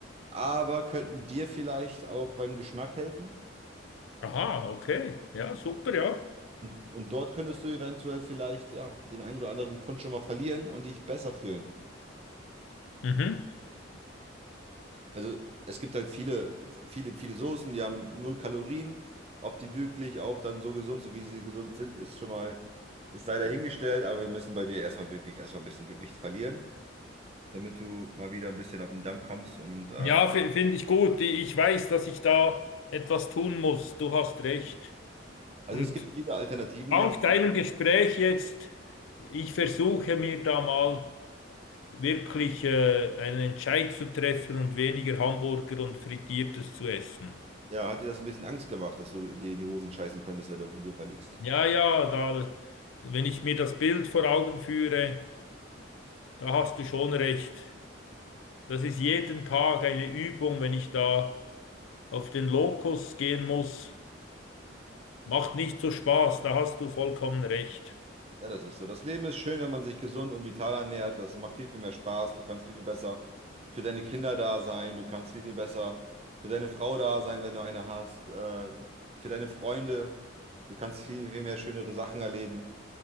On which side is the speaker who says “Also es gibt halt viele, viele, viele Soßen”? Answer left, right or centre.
Right